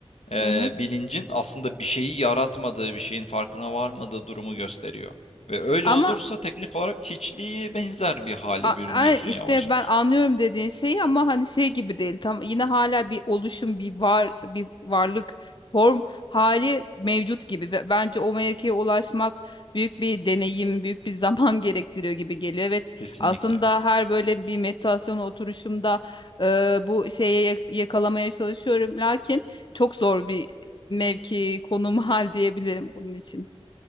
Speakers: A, on the left; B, on the left.
A: e,
B: Hı hı.
A: bilincin aslında bir şeyi yaratmadığı, bir şeyin farkına varmadığı durumu gösteriyor. Ve öyle
B: Ama
A: olursa teknik olarak hiçliğe benzer bir hale
B: A-
A: bürünüyorsun
B: a- işte
A: yavaş yavaş.
B: ben anlıyorum dediğin şeyi ama hani şey gibi değil. Tam yine hala bir oluşum, bir var, bir varlık form hali mevcut gibi ve bence o mevkiye ulaşmak büyük bir deneyim, büyük bir zaman <laughs> gerektiriyor gibi geliyor. Evet,
A: Kesinlikle.
B: aslında her böyle bir meditasyon oturuşumda e, bu şeye yak- yakalamaya çalışıyorum. Lakin çok zor bir mevki, konum, hal diyebilirim bunun için.